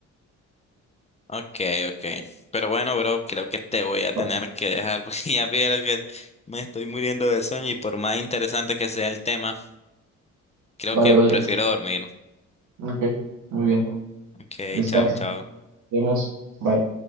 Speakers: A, on the left (about 20°); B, on the right (about 75°).
A: Ok, ok. Pero bueno, bro, creo que te voy a
B: va-
A: tener que dejar porque <laughs> ya vieron que me estoy muriendo de sueño y por más interesante que sea el tema, creo
B: vale,
A: que
B: vale,
A: prefiero dormir.
B: ok, muy bien,
A: Ok,
B: descansa,
A: chao, chao.
B: nos vemos, bye.